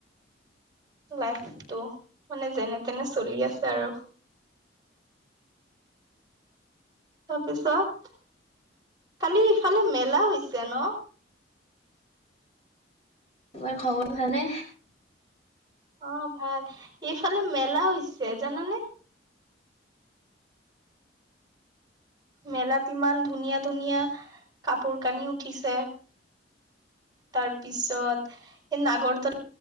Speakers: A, on the right; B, on the left.
A: লাইফতটো মানে যেনে তেনে চলি আছে আৰু। তাৰপিছত কালি ইফালে মেলা হৈছে ন?
B: তোমাৰ খবৰ ভাল নে?
A: অহ ', ভাল এইফালে মেলা হৈছে জানানে? মেলাত ইমান ধুনীয়া - ধুনীয়া কাপোৰ কানি উঠিছে তাৰপিছত এই নাগৰদল।